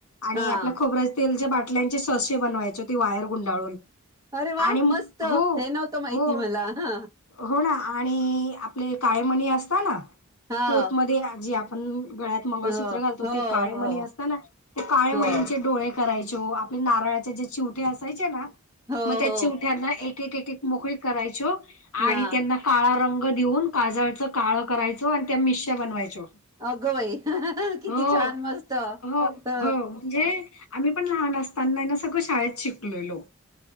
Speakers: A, on the left (about 80°); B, on the right (about 15°).
A: आणि
B: हां.
A: आपल्या खोबर्या तेलच्या बाटल्यांचे ससेे बनवायचे ती वायर गुंडाळून
B: अरे वा
A: आणि
B: मस्त
A: हो
B: हे नव्हतं माहिती
A: हो
B: मला ह
A: हो ना आणि आपले काळेमणी असत ना
B: हां.
A: पोतमध्ये जे ण गळ्यात मंगळसूत्र
B: हो,
A: घालतो
B: हो,
A: ते काळेमणी
B: हो,
A: असत ना ते काळेमणींचे
B: हो.
A: डोळे करायच आपल्या नारळाच्या जे चिवठे असायचे ना
B: हो
A: मग त्या
B: हो
A: चिवठ्या एक एक मोकळी करायच. आणि
B: हा
A: त्यांना काळा रंग देऊन काजळचं काळं करायच. होो आणि त्या मिश्या बनवायच हो.
B: अगं बाई किती
A: हो
B: छान मस्त
A: हो
B: ह
A: हो म्हणजे आम्ही पण लहान असताना ना सगळं शाळेत शिकलेलो